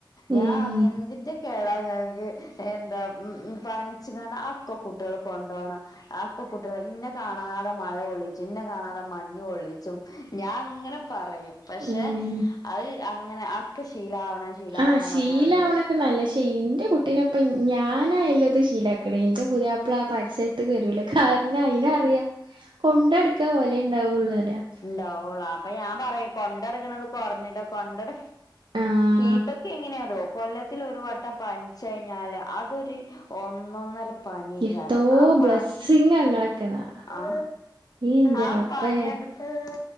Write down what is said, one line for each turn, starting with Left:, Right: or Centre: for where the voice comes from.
Right: ഉം
Left: ഞാൻ പറഞ്ഞ് എന്ത്‌ന്റെ കേടാ ഇങ്ങൾക്ക് എന്താ ച് ക്കാണ്ട് അക്കെ കുട്ടികൾ കൊണ്ടോണം അക്കെ കുട്ടികൾ ഇന്നെ കാണാതെ മയകൊള്ളി ച്ചും ഇന്നേ കാണാതെ മഞ്ഞെള്ളിച്ചും ഞാൻ ഇങ്ങനെ പറയും പക്ഷെ
Right: ഉം
Left: അത് അങ്ങനെ അക്കെ ശീലാവണം ശീലാവണം
Right: ആ ശീലാവണൊക്കെ
Left: പറഞ്ഞണ്ട്
Right: നല്ല ഇന്റെ കുട്ടിനൊപ്പം ഞാനായില്ലത് <unintelligible> ഇന്റെ പുതിയപ്പള ആ പരിസരത്തക്ക് വരൂല്ല കാരണം അയിന് പറിയ കൊണ്ടട്ക്കാൻ ഓലെ ഉണ്ടാവുള്ളൂന്നറിയ
Left: ഇണ്ടാവോള്ളൂ അപ്പൊ ഞാൻ പറയാ കൊണ്ടടക്കണത് കുറഞ്ഞിട്ടാ കൊണ്ടട
Right: ആഹ്
Left: ഇതൊക്കെ എങ്ങനെയാ <unintelligible> കൊല്ലത്തിലൊരു വട്ടം പൻച് കഴിഞ്ഞാല് അതൊരു ഒന്നൊന്നര പനിയെക്കാരം
Right: എത്തോ
Left: ആ പനി
Right: ബ്ലെസ്സിങ്ങാ ഇങ്ങളൊക്കെന്നാ
Left: ആ
Right: ഈ ഇന്റെ
Left: ആ
Right: റബ്ബേ
Left: പനിയണ്ട് ഇപ്പ ആ